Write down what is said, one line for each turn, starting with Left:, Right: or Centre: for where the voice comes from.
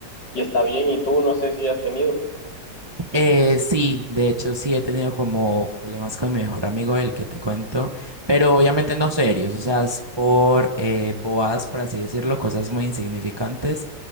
Left: y está bien, y tú no sé si has tenido.
Right: Eh, sí, de hecho sí he tenido como problemas con mi mejor amigo, el que te cuento, pero obviamente no serios, o sea, es por eh, bobadas, por así decirlo, cosas muy insignificantes,